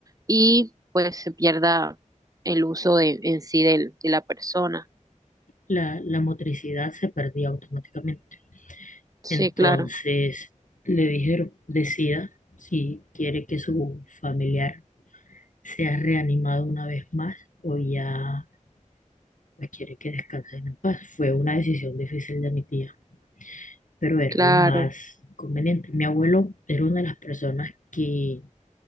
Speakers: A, on the right; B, on the left.
A: y pues se pierda el uso de, en sí del- de la persona.
B: la, la motricidad se perdía automáticamente.
A: Sí,
B: Entonces
A: claro,
B: le dijeron, decida si quiere que su familiar sea reanimado una vez más o ya pues, quiere que descansen en paz. Fue una decisión difícil de mi tía, pero era
A: claro.
B: lo más conveniente. Mi abuelo era una de las personas que,